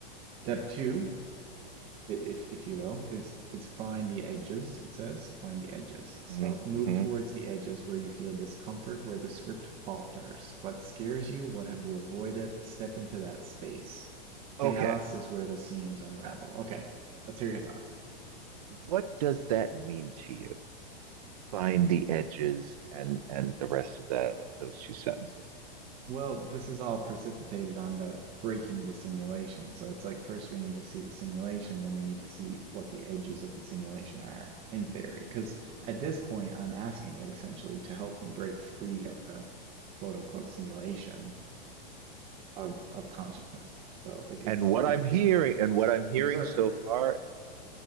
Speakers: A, on the right; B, on the right.
A: Step two, i- if if you will, is is find the edges, it says, find the edges. So
B: hmm
A: move
B: hmm hmm
A: towards the edges where you feel discomfort, where the script falters. What scares you? What have you avoided? Step into that space.
B: Okay.
A: Chaos is where the seams unravel. Okay, let's hear your thoughts.
B: What does that mean to you? Find the edges and and the rest of that those two sentences.
A: Well, this is all precipitated on the breaking the simulation. So it's like first we need to see the simulation, then we need to see what the edges of the simulation are in theory. Because at this point, I'm asking it essentially to help me break free of the quote unquote simulation of of consciousness. So like it's
B: And what
A: it
B: I'm hearing
A: it
B: and what I'm hearing
A: observe
B: so
A: it's
B: far